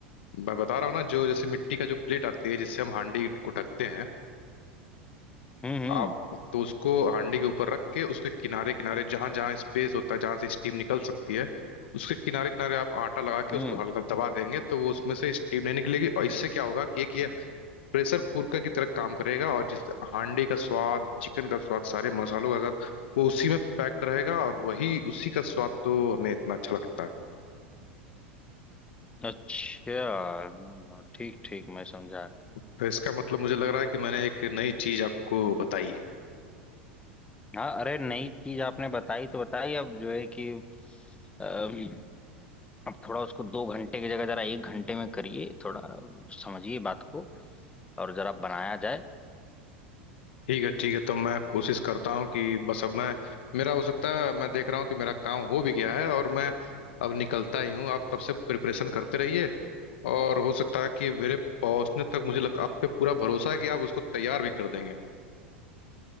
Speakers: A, on the left; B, on the left.
A: मैं बता रहा हूँ ना जो जैसे मिट्टी का जो प्लेट आती है जिससे हम हांडी को ढकते हैं
B: हम्म हम्म
A: आप तो उसको हांडी के ऊपर रख के उसके किनारे किनारे जहां जहां स्पेस होता है जहां से स्टीम निकल सकती है उसके किनारे किनारे आप आटा लगा के
B: हम्म
A: उसको हल्का दबा देंगे तो वो उसमें से स्टीम नहीं निकलेगी और इससे क्या होगा कि एक ये प्रेशर कुकर की तरह काम करेगा और जिस हांडी का स्वाद चिकन का स्वाद सारे मसालों का स्वाद वो उसी में पैक्ड रहेगा और वही उसी का स्वाद तो हमें इतना अच्छा लगता है
B: अच्छा हम्म, ठीक ठीक मैं समझा
A: तो इसका मतलब मुझे लग रहा है कि मैंने एक नई चीज आपको बताई
B: हाँ अरे नई चीज आपने बताई तो बताई अब जो है कि अम, अब थोड़ा उसको दो घंटे की जगह जरा एक घंटे में करिए थोड़ा समझिए बात को और जरा बनाया जाए
A: ठीक है ठीक है तो मैं कोशिश करता हूँ कि बस अब मैं मेरा हो सकता है मैं देख रहा हूँ कि मेरा काम हो भी गया है और मैं अब निकलता ही हूँ आप तब से प्रिपरेशन करते रहिए और हो सकता है कि मेरे पहुंचने तक मुझे लग, आप पे पूरा भरोसा है कि आप उसको तैयार भी कर देंगे